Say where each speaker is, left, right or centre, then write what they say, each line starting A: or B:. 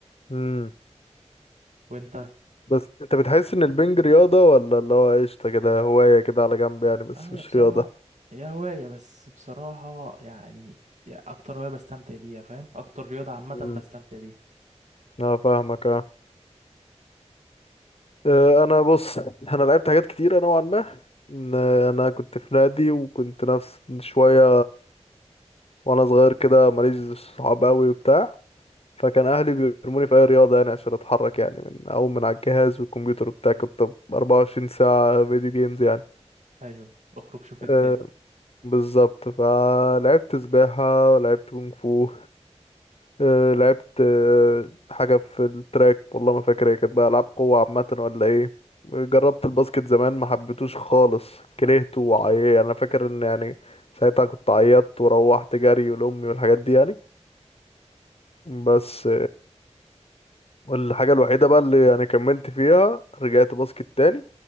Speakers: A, on the left; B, on the right.
A: امم
B: وانت
A: بس انت بتحس ان البنج رياضه ولا اللي هو قشطه كده هوايه كده على جنب يعني بس
B: اه
A: مش
B: يا بصراحه
A: رياضه
B: هي هوايه بس بصراحه يعني يا اكتر هوايه بستمتع بيها فاهم اكتر رياضه عامه
A: امم
B: بستمتع بيها
A: اه فاهمك اه اه، انا بص انا لعبت حاجات كتيره نوعا ما ان انا كنت في نادي وكنت نفس شويه وانا صغير كده ماليش صحاب قوي وبتاع فكان اهلي بيرموني في اي رياضه يعني عشان اتحرك يعني من اقوم من على الجهاز والكمبيوتر وبتاع كنت 24 ساعه فيديو جيمز يعني
B: ايوه اخرج شوف الدنيا
A: أه بالظبط فلعبت سباحه ولعبت كونغ فو أه لعبت أه حاجه في التراك والله ما فاكر هي كانت بقى العاب قوه عامه ولا ايه جربت الباسكت زمان ما حبيتوش خالص كرهته وعيا انا فاكر ان يعني ساعتها كنت عيطت وروحت جري ولامي والحاجات دي يعني بس والحاجة الوحيدة بقى اللي يعني كملت فيها رجعت باسكت تاني